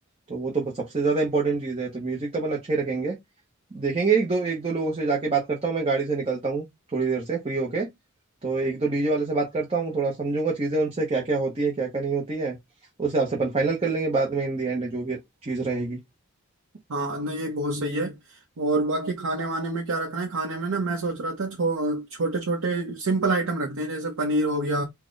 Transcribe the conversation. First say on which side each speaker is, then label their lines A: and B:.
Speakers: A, on the right (about 25°); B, on the right (about 75°).
A: तो वो तो सबसे ज्यादा इंपॉर्टेंट चीज है तो म्यूजिक तो अपन अच्छे ही रखेंगे देखेंगे एक दो एक दो लोगों से जाके बात करता हूँ मैं गाड़ी से निकलता हूँ थोड़ी देर से फ्री होके तो एक दो डीजे वाले से बात करता हूँ थोड़ा समझूंगा चीज़ें उनसे क्या क्या होती है क्या क्या नहीं होती है उस हिसाब से अपन फाइनल कर लेंगे बाद में इन दी एंड जो भी चीज़ रहेगी
B: हाँ नहीं ये बहुत सही है और बाकी खाने वाने में क्या रखना है खाने में ना मैं सोच रहा था छो, छोटे छोटे सिंपल आइटम रखते हैं जैसे पनीर हो गया